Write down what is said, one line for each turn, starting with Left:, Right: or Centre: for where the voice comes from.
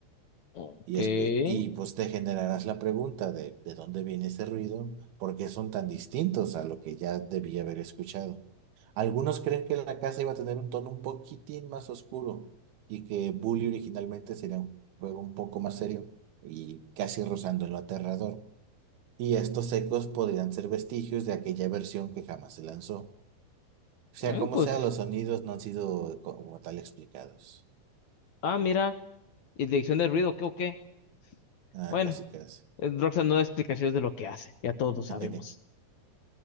Left: ok.
Right: Y, es que, y pues te generarás la pregunta de, ¿de dónde viene ese ruido? ¿Por qué son tan distintos a lo que ya debía haber escuchado? Algunos creen que la casa iba a tener un tono un poquitín más oscuro y que Bully originalmente sería un juego un poco más serio y casi rozando en lo aterrador. Y estos ecos podrían ser vestigios de aquella versión que jamás se lanzó. Sea
Left: Mm,
Right: como
Left: pues,
Right: sea, los sonidos no han sido como tal explicados.
Left: ah, mira, y dirección de ruido, ¿qué o qué?
Right: Ah,
Left: Bueno,
Right: casi casi.
Left: eh, Roxanne no da explicaciones de lo que hace, ya todos lo sabemos.
Right: <laughs>